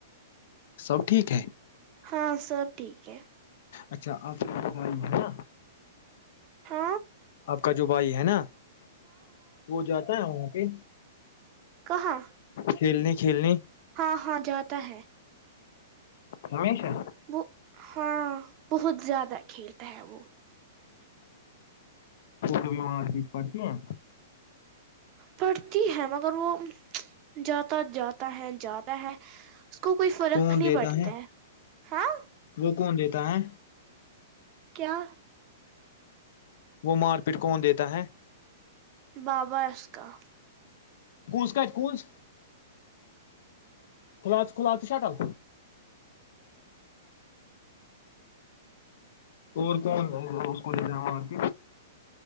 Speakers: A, on the left; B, on the right.
A: سب ٹھیک ہے
B: ہاں سب ٹھیک ہے
A: اچھا آپ کے میں ہے نا
B: ہ
A: آب کا جو بھائی ہے نا وہ جاتا ہے وہاں جی
B: کہاں
A: کھیلنی کھیلنی
B: ہاں ہاں جاتا ہے
A: ہمیشا
B: وہ ہاں بہت زیادہ کھیلتا ہے وہ
A: و مارکیٹ پتی ہیں
B: پڑھتی ہے مگر وہ جاتا جاتا ہے جاتا ہے اس کو کوئی فرق
A: کون
B: نہیں
A: دیتا
B: پڑتا ہے ہاں
A: وہ کون دیتا ہے
B: کیا
A: وہ مار پیٹ کون دیتا ہے
B: بابا اس کاا
A: کونس کات کنز کھل کھلال شٹل اور کومن ج ہ اسک جؤا اورک